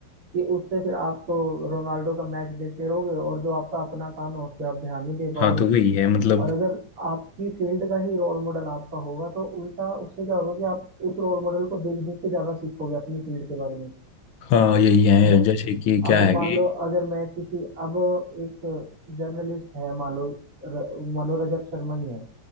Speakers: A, on the right (about 85°); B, on the left (about 65°).
A: कि उससे फिर आप तो रोनाल्डो का मैच देखते रहोगे और जो आपका अपना काम है उस पर आप ध्यान नहीं दे
B: हाँ
A: पाओगे
B: तो वही है मतलब
A: और अगर आपकी फील्ड का ही रोल मॉडल आपका होगा तो उल्टा उससे क्या होगा कि आप उस रोल मॉडल को देख देख के ज्यादा सीखोगे अपनी फील्ड के बारे में
B: हाँ यही है
A: है ना
B: जैसे कि क्या
A: अब
B: है
A: मान
B: कि
A: लो अगर मैं किसी अब एक जर्नलिस्ट है मान लो र, मान लो रजत शर्मा ही है